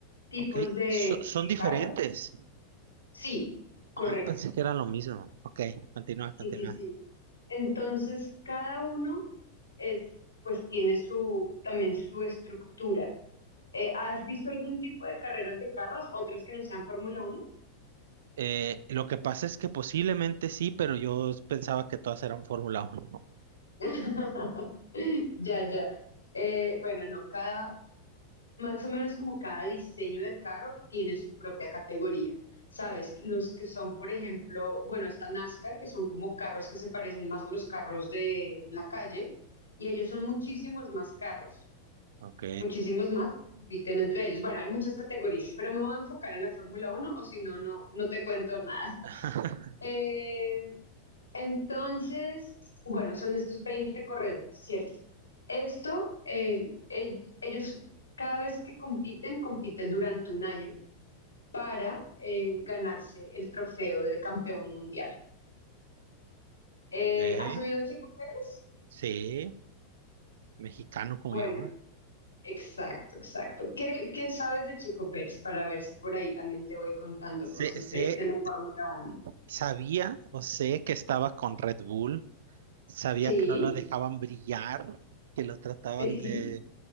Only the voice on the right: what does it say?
Ok,
so- son
diferentes.
Ah, pensé que era lo mismo. Ok, continúa, continúa.
Eh, lo que pasa es que posiblemente sí, pero yo pensaba que todas eran Fórmula Uno
Ok.
<laughs>
Ok,
sí. mexicano como
yo, ¿eh?
sé,
sé-
sabía o sé que estaba con Red Bull, sabía
que no lo dejaban brillar, que lo trataban
de,